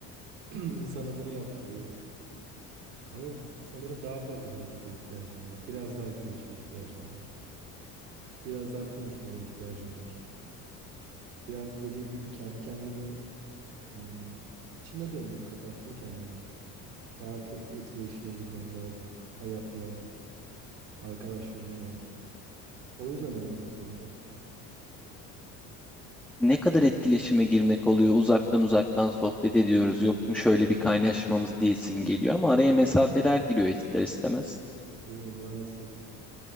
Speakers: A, on the right (about 75°); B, in the centre.
A: <clears throat> İnsana bunu yaptırıyor. Ama sanırım daha fazla harekete ihtiyacım var. Biraz daha güneşe ihtiyacım var. Biraz daha konuşmaya ihtiyacım var. Biraz dediğim gibi kendi kendimi hmm, içime döndüm, kapattım kendimi. Daha çok etkileşime girmem lazım. Hayatla, arkadaşlarımla. O yüzden aradım seni de.
B: Ne kadar etkileşime girmek oluyor. Uzaktan uzaktan sohbet ediyoruz. Yok mu şöyle bir kaynaşmamız diyesim geliyor ama araya mesafeler giriyor ister istemez.
A: Evet. Değil mi? Maalesef.